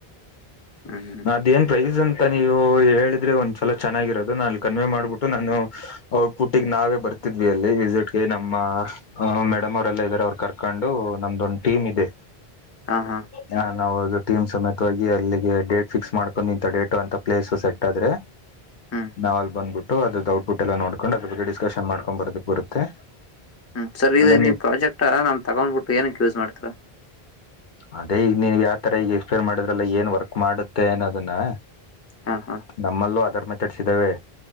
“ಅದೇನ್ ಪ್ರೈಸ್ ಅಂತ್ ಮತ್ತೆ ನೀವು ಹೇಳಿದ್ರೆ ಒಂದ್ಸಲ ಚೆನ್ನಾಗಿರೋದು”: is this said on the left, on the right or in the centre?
Left